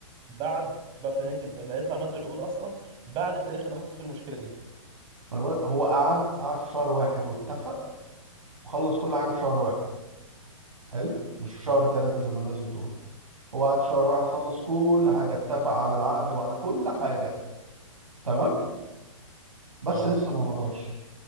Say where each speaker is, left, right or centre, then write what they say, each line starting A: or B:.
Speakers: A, on the right (about 30°); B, on the right (about 80°).
A: بعد بقى في نهايه الم... ان هيطلع ماضي العقود اصلا بعد التاريخ اللي حصلت فيه المشكله دي
B: ما انا بقول لك، هو قعد قعد في شهر واحد واتفق وخلص كل حاجه في شهر واحد حلو مش في شهر
A: مم.
B: ثلاثة زي ما الناس بتقول هو قعد في شهر واحد خلص كل حاجه اتفق على العقد وعلى كل حاجه تمام بس
A: اه
B: لسه ما مضاش